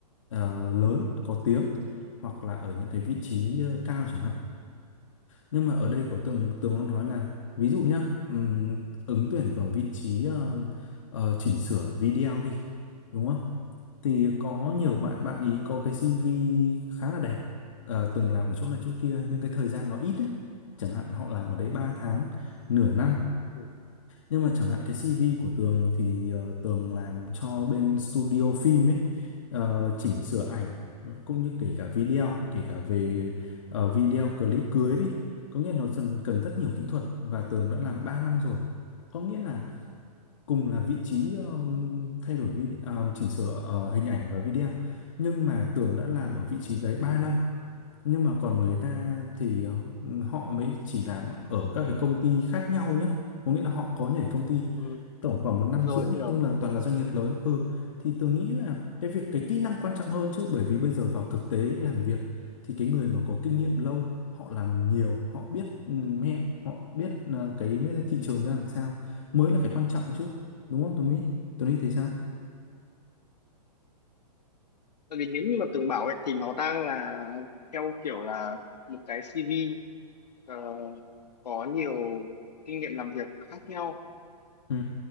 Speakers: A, on the left (about 50°); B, on the left (about 75°).
A: ờ, lớn có tiếng hoặc là ở những cái vị trí ờ, cao chẳng hạn nhưng mà ở đây có tường tường nó nói là ví dụ nhá ừm, ứng tuyển vào vị trí ờ, ờ, chỉnh sửa video đi đúng không thì có nhiều bạn bạn ý có cái CV khá là đẹp ờ, từng làm ở chỗ này chỗ kia nhưng cái thời gian nó ít á chẳng hạn họ làm ở đấy 3 tháng nửa năm
B: ừ,
A: nhưng mà chẳng hạn
B: ừ.
A: cái CV của Tường thì ờ, Tường làm cho bên studio phim ấy ờ, chỉnh sửa ảnh cũng như kể cả video,
B: Ờ,
A: kể cả về ờ, video clip cưới đi. Có nghĩa là nó dần cần rất nhiều kỹ thuật và Tường đã làm 3 năm rồi. Có nghĩa là cùng là vị trí ờ, thay đổi vi ờ, chỉnh sửa ờ, hình ảnh và video nhưng mà Tường đã làm ở vị trí đấy 3 năm nhưng mà còn người ta thì ờ, họ mới chỉ làm ở các cái công ty khác nhau nhá có nghĩa là họ có nhảy công ty
B: Ừ,
A: tổng khoảng một năm
B: rồi
A: rưỡi
B: hiểu.
A: nhưng là toàn là doanh nghiệp lớn ừ thì tôi nghĩ là cái việc cái kỹ năng quan trọng hơn chứ bởi vì bây giờ vào thực tế làm việc thì cái người mà có kinh nghiệm lâu họ làm nhiều họ biết ừ, mẹo họ biết ờ, cái thị trường ra làm sao mới là cái quan trọng chứ đúng không Tuấn Huy Tuấn Huy thấy sao
B: Tại vì nếu như mà tường bảo ấy thì nó đang là theo kiểu là một cái CV ờ, có nhiều kinh nghiệm làm việc khác nhau
A: ừ